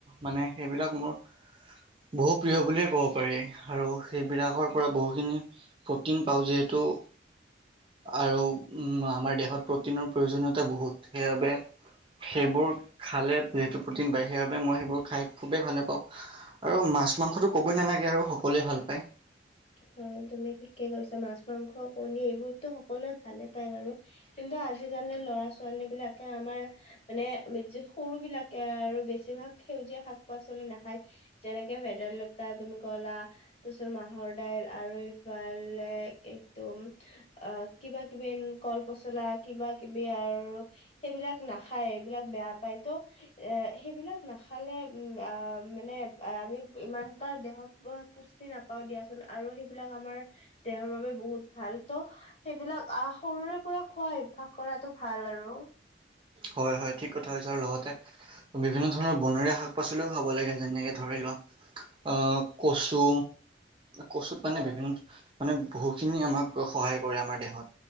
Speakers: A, on the right (about 30°); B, on the left (about 35°).
A: মানে সেইবিলাক মোৰ <unintelligible> বহু প্ৰিয় বুলিয়ে ক'ব পাৰি আৰু সেইবিলাকৰ পৰা বহুখিনি প্ৰটিন পাওঁ যিহেতু। <inaudible> আৰু উম আমাৰ দেহত প্ৰটিনৰ প্ৰয়োজনীয়তা বহুত সেইবাবে <unintelligible> সেইবোৰ খালে যিহেতু প্ৰটিন পায় সেইবাবে মই সেইবোৰ খাই খুবেই ভালে পাওঁ। <inaudible> আৰু মাছ-মাংসটো ক'বই নালাগে আৰু সকলোৱে ভাল পায়। <inaudible>
B: হয়। তুমি ঠিকে কৈছা। মাছ, মাংস, কণী এইবোৰতো সকলোৱে <unintelligible> ভালে পাই বাৰু। কিন্তু আজিকালি ল'ৰা-ছোৱালী বিলাকে আমাৰ <inaudible> মানে সৰু বিলাকে আৰু বেছিভাগ সেউজীয়া শাক-পাচলি নাখায়। <unintelligible> যেনেকে ভেদাইলতা তুমি ক'লা তাৰ পিছত মাহৰ <inaudible> দাইল আৰু ইফালে একদম অ কিবা কিবি কল পচলা কিবা কিবি আৰু সেইবিলাক নাখায় এইবিলাক বেয়া পায় তো এ সেইবিলাক নাখালে উম মানে আমি ইমানটা দেহত পুষ্টি নাপাও দিয়াচোন আৰু সেইবিলাক আমাৰ দেহৰ বাবে বহুত ভাল ত সেইবিলাক আহ সৰুৰে পৰা খোৱা অভ্যাস কৰাটো ভাল আৰু।
A: হয় হয় ঠিক কথা কৈছা আৰু লগতে বিভিন্ন ধৰণৰ বনৰীয়া শাক পাচলিও খাব লাগে যেনেকে ধৰি লোৱা অ কচু, কচুত মানে বিভিন্ন মানে বহুখিনি আমাৰ সহায় কৰে আমাৰ দেহত